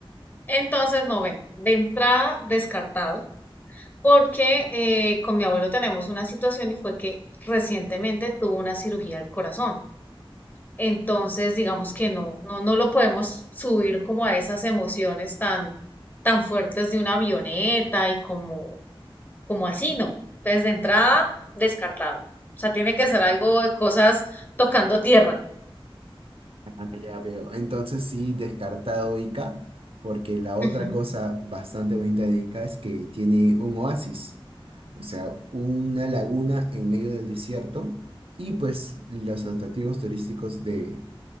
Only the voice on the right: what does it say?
Ah, ya veo. Entonces sí, descartado Ica, porque la otra
cosa bastante bonita de Ica es que tiene un oasis, o sea, una laguna en medio del desierto y pues los atractivos turísticos de